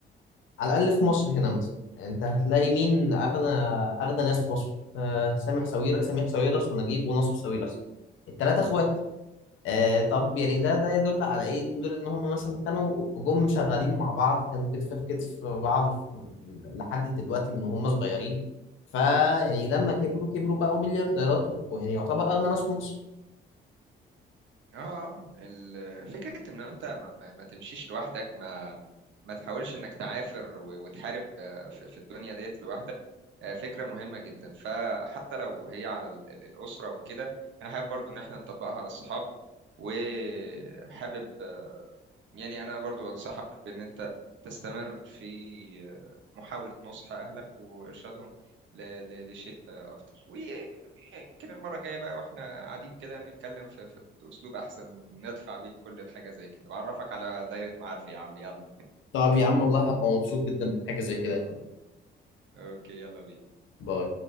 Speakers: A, on the left; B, on the right.
A: على الأقل في مصر هنا مثلا يعني أنت هتلاقي مين أغنى أغنى ناس في مصر آه سامح سوير سامح سويرس ونجيب وناصر سويرس التلاتة إخوات آه طب يعني ده ده يدل على إيه؟ يدل إن هم مثلا كانوا جم شغالين مع بعض كانوا كتف في كتف في بعض في- لحد دلوقتي من وهم صغيرين فيعني لما كبروا كبروا بقوا مليارديرات ويعني يعتبر أغنى ناس في مصر
B: اه ال- فكرة ان انت ما, ما ما تمشيش لوحدك ما ما تحاولش انك تعافر و- وتحارب آه، في في الدنيا ديت لوحدك آه، فكرة مهمة جدا فحتى لو هي على ال- ال- الأسرة وكده انا حابب برضو ان احنا نطبقها على الصحاب وحابب يعني أنا برضو أنصحك بإن أنت تستمر في محاولة نصح أهلك وإرشادهم ل- ل- لشيء أفضل ويمكن المرة الجاية بقى وإحنا قاعدين كده نتكلم في, في أسلوب أحسن ندفع بيه كل الحاجة زي كده وأعرفك على دايرة معارفي يا عم يلا
A: طب يا عم والله هبقى مبسوط جدا بحاجة زي كده يا حبيبي
B: أوكي يلا بينا
A: باي.